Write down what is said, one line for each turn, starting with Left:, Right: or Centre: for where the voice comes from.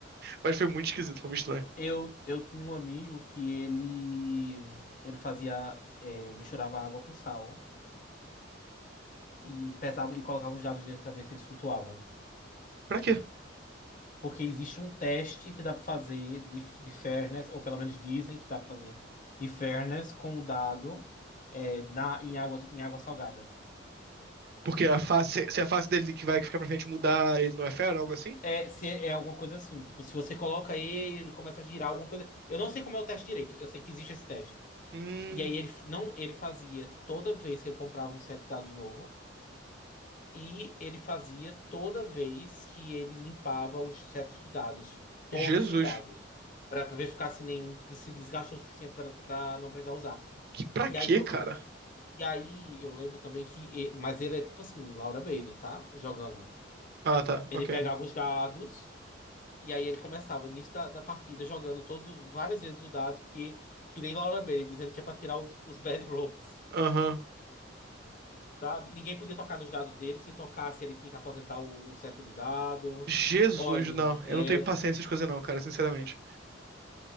Right: Mas foi muito esquisito, foi muito estranho.
Left: Eu, eu tinha um amigo que ele ele fazia é, misturava água com sal e pesava e colocava os dados dentro para ver se eles flutuavam.
Right: Pra quê?
Left: Porque existe um teste que dá para fazer de, de fairness, ou pelo menos dizem que dá para fazer de fairness com o dado é, na, em água, em água salgada.
Right: Porque a face, se a face dele que vai ficar pra frente mudar, ele não é fera, algo assim?
Left: É, se é alguma coisa assim. Tipo, se você coloca ele, ele começa a girar alguma coisa. Eu não sei como é o teste direito. Eu sei que existe esse teste.
Right: Hum,
Left: E aí ele f- não, ele fazia toda vez que ele comprava um set de dados novo. E ele fazia toda vez que ele limpava os sets de dados. Todos
Right: Jesus.
Left: os dados. Pra pra ver ficar se nenhum se desgastou o suficiente pra pra não precisar usar.
Right: Que pra
Left: E
Right: quê,
Left: aí eu.
Right: cara?
Left: E aí eu lembro também que. e- Mas ele é tipo assim, Laura Bailey, tá? Jogando.
Right: Ah, tá,
Left: Ele
Right: ok.
Left: pegava os dados. E aí ele começava, no início da, da partida, jogando todos, o- várias vezes o dado que, que nem Laura Bailey, dizendo que é pra tirar os, os bad rolls,
Right: Aham.
Left: sabe? Ninguém podia tocar nos dados dele, se tocasse ele tinha que aposentar o, o set de dado.
Right: Jesus,
Left: Olhe,
Right: não.
Left: é,
Right: Eu não tenho paciência com essas coisas não, cara, sinceramente.